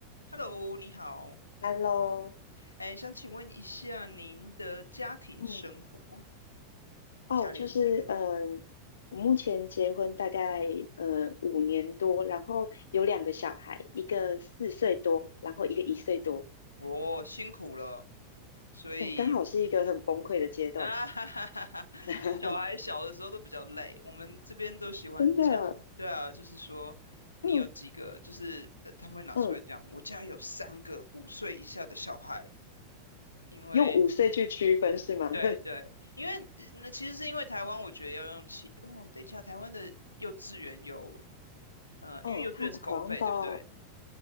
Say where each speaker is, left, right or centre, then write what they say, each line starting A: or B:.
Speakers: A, on the left; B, on the left.
A: Hello，你好，
B: Hello，
A: 哎，想请问一下您的家庭生活，
B: 嗯，
A: 你家里有几个人？
B: 哦，就是嗯、呃我目前结婚大概呃五年多，然后有两个小孩，一个四岁多，然后一个一岁多，
A: 哦，辛苦了，所以
B: 对，刚好是一个很崩溃的阶段，
A: 啊，<laughs> 哈哈哈哈，
B: <laughs>
A: 小孩小的时候都比较累，我们这边都喜欢讲，
B: 真的，
A: 对啊，就是说你有几个，
B: 嗯
A: 就是呃他们会拿出来讲，
B: 嗯，
A: 我家有三个五岁以下的小孩，因为
B: 用五岁去区分是吗？
A: 对对，
B: <laughs>
A: 因为呃那其实是因为台湾，我觉得要用其哦，等一下，台湾的幼稚园有，呃，
B: 嗯，
A: 因为幼稚园是公费，
B: 他好像到
A: 对不对？